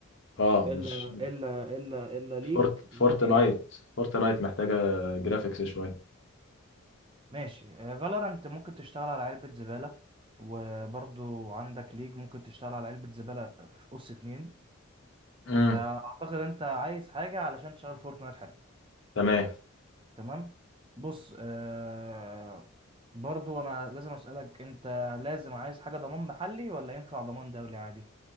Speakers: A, on the left (about 60°); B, on the right (about 25°).
A: أه
B: الا
A: مش
B: الا الا الا
A: فورت
B: ليج
A: فورتنايت
B: ليج دي
A: فورتنايت محتاجة جرافيكس شوية
B: ماشي فالورانت ممكن تشتغل على علبة زبالة وبرضو عندك ليج ممكن تشتغل على علبة زبالة في قص اتنين
A: امم
B: فأعتقد أنت عايز حاجة علشان تشتغل فورتنايت حلو
A: تمام
B: تمام بص آه برضو أنا لازم أسألك أنت لازم عايز حاجة ضمان محلي ولا ينفع ضمان دولي عادي